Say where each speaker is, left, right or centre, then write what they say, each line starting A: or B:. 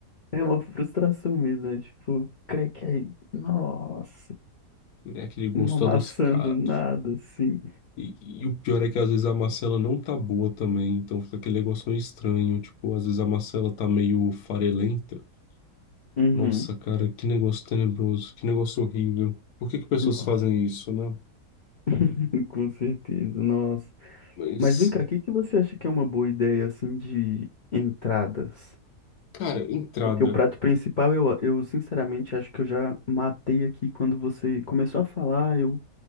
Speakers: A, on the left (about 45°); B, on the left (about 65°).
A: É uma frustração mesmo, é tipo, creque aí. Nossa,
B: É aquele gosto
A: uma maçã
B: adocicado.
A: do nada, assim.
B: E, e o pior é que às vezes a maçã ela não tá boa também, então fica aquele negócio meio estranho. Tipo, às vezes a maçã ela tá meio farelenta.
A: Uhum.
B: Nossa, cara, que negócio tenebroso, que negócio horrível. Por que que pessoas
A: Nossa,
B: fazem isso, né?
A: <laughs> com certeza, nossa.
B: Mas,
A: Mas vem cá, o que que você acha que é uma boa ideia, assim, de entradas?
B: cara, entrada.
A: Porque o prato principal, eu, eu sinceramente acho que eu já matei aqui quando você começou a falar, eu